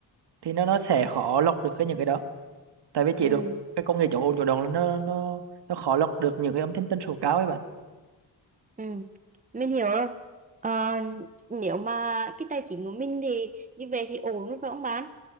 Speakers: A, on the right; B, on the right.
A: thì nó nó sẽ khó lọc được cái những cái đó tại vì chế
B: ừ
A: được cái công nghệ chống ồn chủ động là nó nó nó khó lọc được những cái âm thanh tần số cao ấy bạn
B: ừ mình hiểu rồi Ờ, nếu mà cái tài chính của mình thì như vậy thì ổn rồi phải không bạn